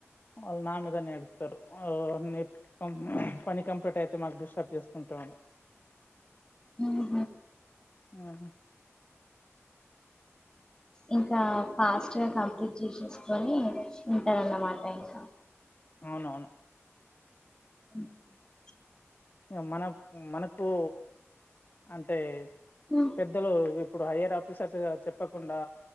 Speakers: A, on the left (about 40°); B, on the left (about 15°).
A: వాల్ నా మీదనే ఎడ్ తరు ఓ నీ పని కంప్లెట్ అయితే మాకు డిస్టర్బ్ చేస్తుంటవ్ అని
B: ఉహు
A: ఆహ
B: ఇంకా ఫాస్ట్గా కంప్లీట్ జేసేస్కొని ఉంటారన్నమాట ఇంకా
A: అవునవును
B: <inaudible>
A: ఇగ మనక్ మనకూ అంటే
B: హు
A: పెద్దలు ఇప్పుడు హైయర్ ఆఫీసర్సు చెప్పకుండా